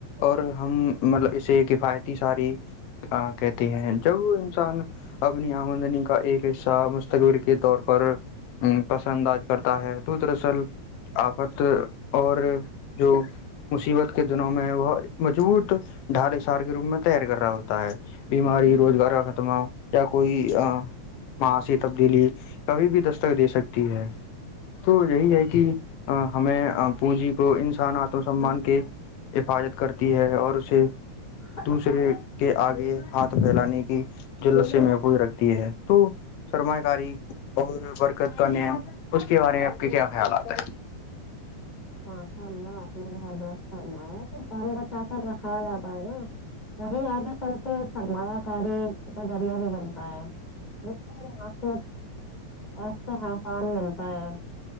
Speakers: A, on the left; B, on the left.
A: اور ہم مطلب اسے کفایتی ساری ا کہتی ہیں جب انسان اپنی آمدنی کا ایک حصہ مستقبل کے طور پر پسند آج کرتا ہے تو دراصل آفت اور جو مصیبت کے دنوں میں بت مجبوط ڈھال اشار کے روپ میں تیر کر رہا ہوتا ہے بیماری روزگار کا ختمہ ہو یا کوئی معاسیی تبدیلی کبھی بھی دستک دے سکتی ہے تو یہی ہے کہ ہمیں پونجی کو انسان آتم سمان کے حفاظت کرتی ہے اور اسے
B: ہچ
A: دوسرے کے آگے ہاتھ پھیلانے کی جلت سے محفوظ رکھتی ہے تو سرمایہ کاری اور برکت کا نیم اس کے بارے میں آپ کے کیا خیال آات ہیں
B: ہاں کرلہ آپ نے باں بس کرناایا پان بچا کر رکھا جاتا ہے نا وہیں آگے چل کے سرمایہ کاری اس کا ذریہ بھی بنتا ہے ات آسان ملتا ہے